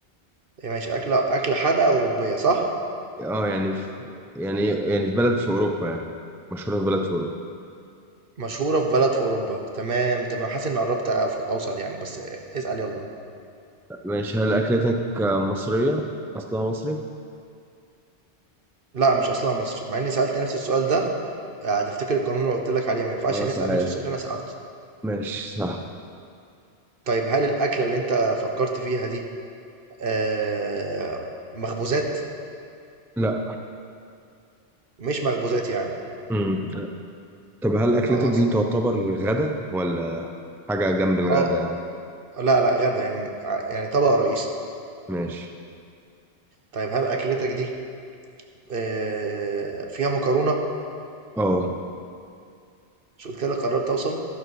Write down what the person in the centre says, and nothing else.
آه، يعني في يعني يعني في بلد في أوروبا يعني مشهورة في بلد في أوروبا
ماشي هل أكلتك آه، مصرية أصلها مصري
اه
صحيح
ماشي صح
لا
امم طب هل اكلتك
دي تعتبر غدا ولا حاجه جنب الغدا
ماشي
اه